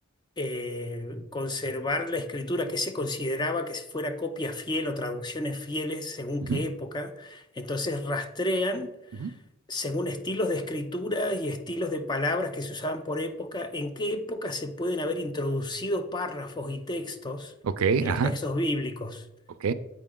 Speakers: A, on the left; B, on the right.
A: eh, conservar la escritura, que se consideraba que fuera copia fiel o traducciones fieles según
B: ajá.
A: qué época. Entonces rastrean
B: Ujú.
A: según estilos de escritura y estilos de palabras que se usaban por época, en qué época se pueden haber introducido párrafos y textos
B: Ok,
A: en
B: ajá,
A: los textos bíblicos.
B: ok,